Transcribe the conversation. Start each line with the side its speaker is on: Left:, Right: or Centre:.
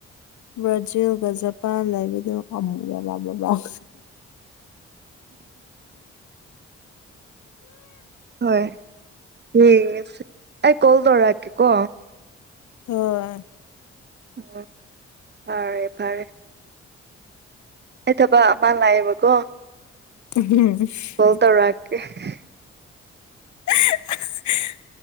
Left: ꯕ꯭ꯔꯥꯖꯤꯜꯒ ꯖꯄꯥꯟ ꯂꯩꯕꯗꯨ ꯑꯃꯨꯒ ꯂ ꯂꯥꯎ
Right: ꯍꯣꯏ ꯎꯝ ꯑꯩ ꯀꯣꯜ ꯇꯧꯔꯔꯀꯦ ꯀꯣ
Left: ꯍꯣꯏ
Right: ꯎꯝ ꯐꯔꯦ ꯐꯔꯦ ꯑꯩ ꯊꯕꯛ ꯑꯃ ꯂꯥꯛꯑꯦꯕꯀꯣ
Left: <unintelligible>
Right: ꯀꯣꯜ <unintelligible>
Left: <unintelligible>